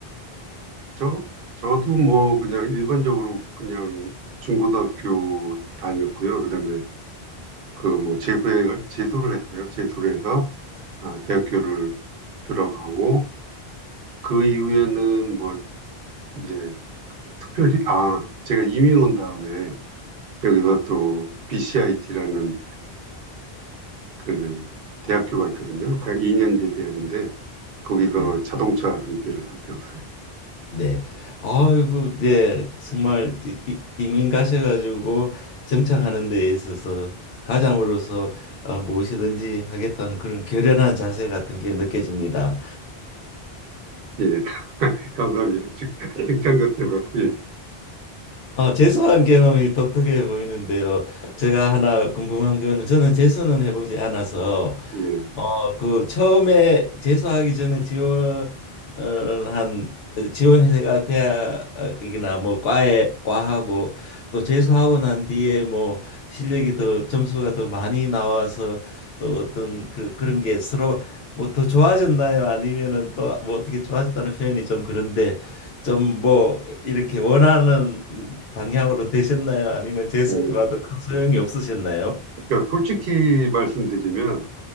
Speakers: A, on the right; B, on the left.
A: 저, 저도 뭐 그냥 일반적으로 그냥 중고등학교 다녔고요. 그다음에 그 뭐 재수에, 재수를 했어요. 재수를 해서 아, 대학교를 들어가고 그 이후에는 뭐 이제 특별히, 아, 제가 이민 온 다음에 여기서 또 BCIT라는 그 대학교가 있거든요. 그러니까 2년제 대학인데 거기서
B: 예.
A: 자동차 정비를 또 배웠어요.
B: 네. 아이고, 네. 정말 이- 이- 이민 가셔가지고 정착하는 데 있어서 가장으로서 어, 무엇이든지 하겠다는 그런 결연한 자세 같은 게 느껴집니다.
A: 예, <laughs> 감사합니다. 칭- 칭찬 같아서. 예,
B: 어, 재수한 경험이 독특해 보이는데요. 제가 하나 궁금한 거는 저는 재수는 해보지 않아서
A: 예.
B: 어, 그 처음에 재수하기 전에 지원한 지원회가 대학이나 뭐 과에 과하고 또 재수하고 난 뒤에 뭐 실력이 더 점수가 더 많이 나와서 또 어떤 그 그런 게 서로 뭐 더 좋아졌나요? 아니면은 또 뭐 어떻게 좋아졌다는 표현이 좀 그런데 좀 뭐 이렇게 원하는 방향으로 되셨나요? 아니면 재수해봐도
A: 음,
B: 큰 소용이 없으셨나요?
A: 그러니까 솔직히 말씀드리면